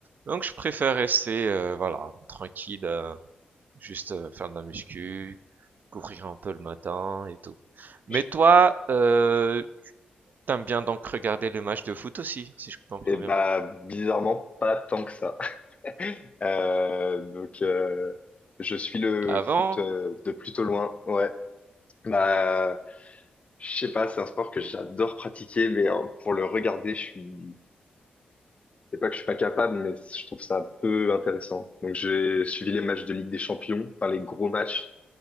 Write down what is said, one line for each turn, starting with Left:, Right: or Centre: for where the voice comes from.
Right: Donc je préfère rester, euh, voilà, tranquille, euh, juste euh, faire de la muscu, courir un peu le matin et tout. Mais
Left: Je-
Right: toi, euh, t'aimes bien donc regarder les matchs de foot aussi, si je comprends
Left: Et bah
Right: bien.
Left: bizarrement pas tant que ça. <laughs> Euh, donc, euh, je suis le
Right: Avant?
Left: foot euh, de plutôt loin. Ouais. Bah, je sais pas, c'est un sport que j'adore pratiquer, mais hein, pour le regarder, je suis. C'est pas que je suis pas capable, mais je trouve ça un peu intéressant. Donc, j'ai suivi les matchs de Ligue des Champions, enfin les gros matchs,